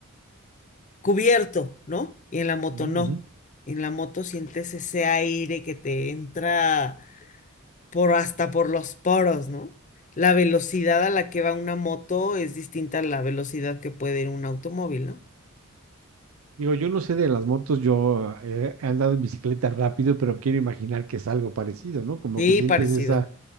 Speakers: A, on the left; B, on the right.
A: cubierto, ¿no? Y en la moto
B: Ujú,
A: no.
B: ujú.
A: En la moto sientes ese aire que te entra por hasta por los poros, ¿no? La velocidad a la que va una moto es distinta a la velocidad que puede ir un automóvil, ¿no?
B: Digo, yo no sé de las motos, yo eh, he andado en bicicleta rápido, pero quiero imaginar que es algo parecido, ¿no? Como
A: Sí,
B: que sientes
A: parecido.
B: esa,